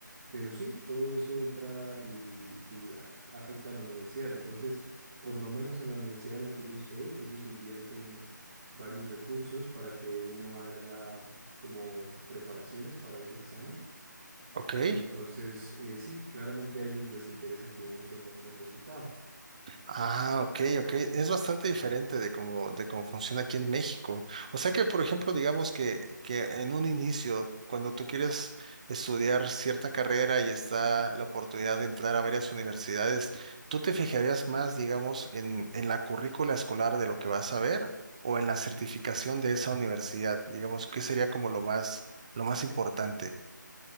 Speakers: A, on the right; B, on the right.
A: Pero sí, todo eso entra y, y a- afecta a la universidad. Entonces, por lo menos en la universidad en la que yo estoy, ellos invierten varios recursos para que uno haga como preparaciones para ese examen.
B: Ok.
A: Entonces, eh, sí, claramente a ellos les interesa que uno tenga un buen resultado.
B: Ah, ok, ok. Es bastante diferente de cómo, de cómo funciona aquí en México. O sea que, por ejemplo, digamos que, que en un inicio, cuando tú quieres estudiar cierta carrera y está la oportunidad de entrar a varias universidades, ¿tú te fijarías más, digamos, en, en la currícula escolar de lo que vas a ver o en la certificación de esa universidad? Digamos, ¿qué sería como lo más, lo más importante?